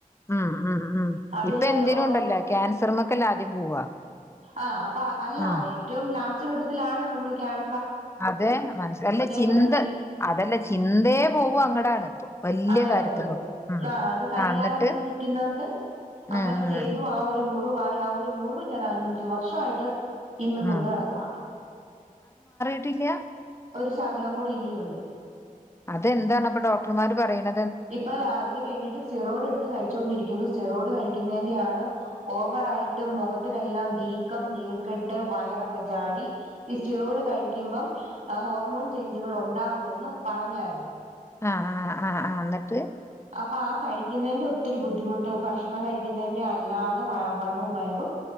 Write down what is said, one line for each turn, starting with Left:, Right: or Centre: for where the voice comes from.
Left: ഉം ഉം ഉം
Right: അതില്
Left: ഇപ്പ എന്തിനുംണ്ടല്ലോ
Right: ഓ
Left: ക്യാൻസ് ശ്രമക്കെല്ല ആദ്യം പോവാ
Right: ആഹ് അ അല്ല
Left: ഉം
Right: ഏറ്റവും ലാസ്റ്റ് ഘട്ടത്തിലാണ് ന നമ്മള് ക്യാൻ
Left: അതെ മന അല്ല ചിന്ത്
Right: നോക്കി
Left: അതല്ല ചിന്തേ പോവും അങ്ങടാണ് ഇപ്പൊ. വല്യ
Right: അതെയതെയതെ
Left: കാര്യത്തിമ്മക്ക്
Right: അതേ
Left: ഉം
Right: ആ ഇത് കരിയാാതെങ്ങനെ
Left: ആ എന്നിട്ട്
Right: നിക്കുന്നുണ്ട്
Left: ഉം
Right: അങ്ങനെ
Left: ഉം
Right: ചെയ്തു
Left: ഉം
Right: ആ ഒരു മു വായി ആ മുറിവ് ഞാനഞ്ചു വർഷായിട്ട് ഇന്നും കൊണ്ട്
Left: ഉം
Right: നടക്കുവാ
Left: ട്ടില്ല്യ?
Right: ഒരു ശകലം കൂടി ഇനിയുണ്ട്.
Left: അതെന്താണ്പ്പൊ ഡോക്ടർമാര് പറയ്ണ?
Right: ഇപ്പൊ അതിന് വേണ്ടിട്ട് സിറോഡ് എടുത്ത് കഴിച്ചുകൊണ്ടിരിക്കുന്നു സിറോഡ് കഴി കഴിക്കുന്നെൻ്റെയാണ്. ഓവറായിട്ടും മുഖത്തിനെല്ലാം വീക്കം നീർക്കെട്ട് വയറൊക്കെ ചാടി ഈ സ്റ്റിറോയിഡ് കഴിക്കുമ്പോ ഹോർമോൺ ചേഞ്ചുകൾ ഉ ണ്ടാവൂന്ന് പറഞ്ഞാരുന്നു
Left: ആഹ് ആഹ് ആഹ് ആഹ് എന്നിട്ട്
Right: അപ്പൊ ആ കഴിക്കുന്നതിന്റെ ഒത്തിരി ബുദ്ധിമുട്ട് ഭക്ഷണം കഴിക്കുന്നതിന്റെ അല്ലാതെ വ വണ്ണവും വയറും